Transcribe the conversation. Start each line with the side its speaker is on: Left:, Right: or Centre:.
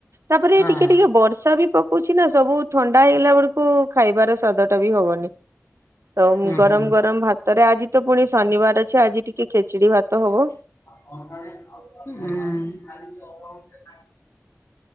Right: ତାପରେ
Left: ହଁ
Right: ଟିକେ ଟିକେ ବର୍ଷା ବି ପକଉଚି ନା ସବୁ ଥଣ୍ଡା ହେଇଗଲା ବେଳକୁ ଖାଇବାର ସ୍ଵାଦ <unintelligible> ହବନି ତ
Left: ହୁଁ
Right: ଗରମ
Left: ହୁଁ।
Right: ଗରମ ଭା ତାରେ ଆଜି ତ ପୁଣି ଶନିବାର ଅଛି। ଆଜି ଟିକେ ଖେଚିଡି ଭାତ ହବ।
Left: ହୁଁ।